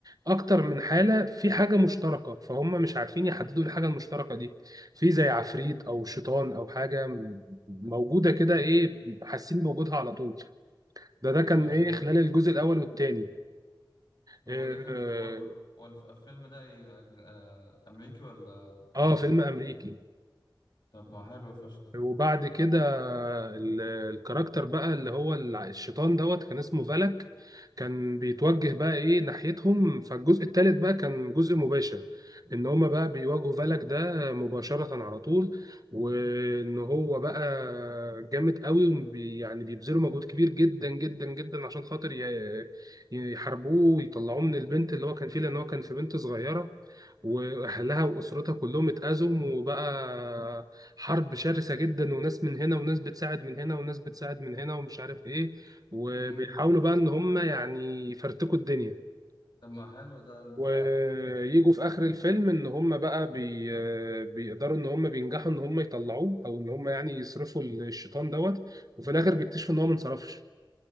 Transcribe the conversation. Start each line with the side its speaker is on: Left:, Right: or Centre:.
Right: اكتر من حالة في حاجة مشتركة فهم مش عارفين يحددوا إيه الحاجة المشتركة دي في زي عفريت او شيطان او حاجة م- موجودة كده ايه حاسين بوجودها على طول ده ده كان
Left: ايوه
Right: ايه
Left: هو
Right: خلال الجزء الاول والثاني
Left: هو
Right: اه
Left: ده كان
Right: آه،
Left: هو ال... هو الف- الفيلم ده إيه؟ آه، أمريكي ولا
Right: آه،
Left: ولا
Right: فيلم
Left: إيه؟
Right: امريكي
Left: طب ما حلو فشخ ده
Right: وبعد كده ال- الكاركتر بقى اللي هو الع- الشيطان دوت كان اسمه فالك كان بيتوجه بقى ايه ناحيتهم فالجزء الثالث بقى كان جزء مباشر ان هما بقى بيواجهوا فالك ده مباشرة على طول وان هو بقى جامد قوي وبي يعني بيبذلوا مجهود كبير جدا جدا جدا عشان خاطر ي- يحاربوه ويطلعوه من البنت اللي هو كان فيه لان هو كان في بنت صغيرة واهلها واسرتها كلهم اتأذوا وبقى حرب شرسة جدا وناس من هنا وناس بتساعد من هنا وناس بتساعد من هنا ومش عارف ايه وبيحاولوا
Left: امم
Right: بقى ان هم يعني يفرتكوا الدنيا
Left: طب ما حلو ده أنت
Right: ويجوا في اخر الفيلم ان هم بقى بي... بيقدروا ان هم بينجحوا ان هم يطلعوه او ان هم يعني يصرفوا الشيطان دوت وفي الاخر بيكتشفوا ان هو ما انصرفش